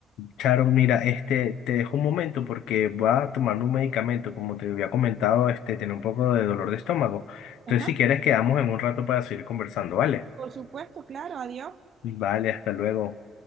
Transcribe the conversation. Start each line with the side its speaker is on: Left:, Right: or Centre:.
Left: Charo, mira, este, te dejo un momento porque voy a tomar un medicamento, como te había comentado, este, tiene un poco de dolor de estómago. Entonces,
Right: Ajá,
Left: si quieres, quedamos en un rato para seguir conversando, ¿vale?
Right: por supuesto, claro, adiós.
Left: Vale, hasta luego.